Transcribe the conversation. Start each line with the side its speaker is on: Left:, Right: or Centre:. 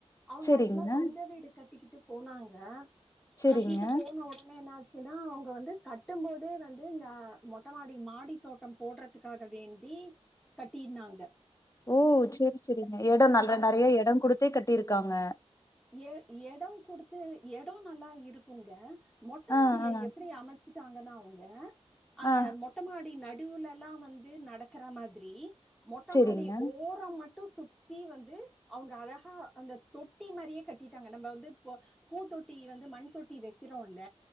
Centre: அவுங்க
Left: சரிங்க,
Centre: ஆக்சுலா சொந்த வீடு கட்டிக்கிட் ட்டு போனாங்க
Left: சரிங்க.
Centre: கட்டிட்டு போன் வருவீன்னு ஆக்சுலா அவங்க வந்து கட்டும் போதே வந்து இந்த ஆ மொட்டமாடி மாடி தோட்டம் போடுறதுக்காக வேண்டி கட்டினாங்க
Left: ஓ செரி செரிங்க எடோ நல்ல
Centre: அத
Left: நெறைய எடோ குடுத்தே கட் எப்டிருக்காங்க
Centre: எ எடோ குடுத்து எடோ நல்லா இருக்குங்க மொட்டமாடிய
Left: ஆ, ஆ,
Centre: எப்படி அம வச்ட்டாங்கன்னா அவங்க அஹ்
Left: ஆ.
Centre: மொட்ட மாடி நடி முடிவுலலாம் வந்து நடக்கற மாதிரி மொட்ட
Left: சரிங்க.
Centre: மாடி ஓர மட் <unintelligible> சுத்தி வந்து அவங்க அழகா அந்த தொட் ட்டி மாரியே கட்டிட்டாங்க நம்ப வந்து பூதொட்டி வந்து மண் தொட்டி வக்கிறோம் இல்ல